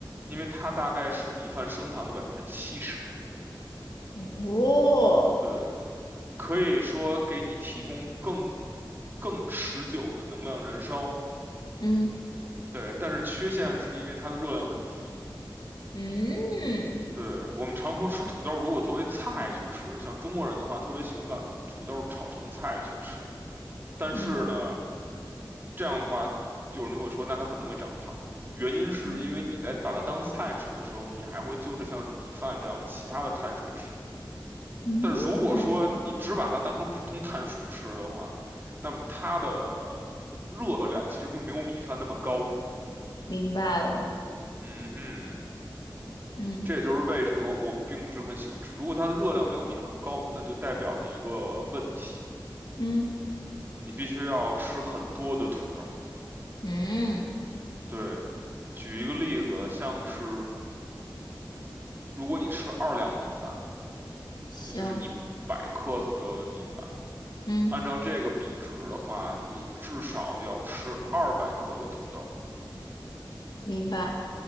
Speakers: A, on the right; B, on the left.
A: 因为它大概是米饭升糖的百分之七十。
B: 哦，
A: 对，可以说给你提供更更持久的能量燃烧。
B: 嗯
A: 对，但是缺陷是因为它的热量很低。
B: 嗯
A: 对，我们常说吃土豆，如果作为菜去吃，像中国人的话，特别喜欢把土豆炒成菜去吃。但是呢，
B: 嗯
A: 这样的话，有人就会说，那它很容易长胖。原因是因为你在把它当菜吃的时候，
B: 嗯
A: 你还会就着像是米饭这样其他的碳水吃。
B: 嗯，
A: 但如果说你只把它当成普通碳水吃的话，那么它的热量其实并没有米饭那么高。
B: 明白了，
A: 嗯哼，
B: 嗯
A: 这也就是为什么我并不是很喜欢吃。如果它的热量没有米饭高，那就代表着一个问题，
B: 嗯
A: 你必须要吃很多的土豆。
B: 嗯，
A: 对，举一个例子，像是如果你吃二两米饭，
B: 行，
A: 也就是一百克左右的米饭，
B: 嗯，
A: 按照这个比值的话，你至少要吃二百克的土豆。
B: 明白。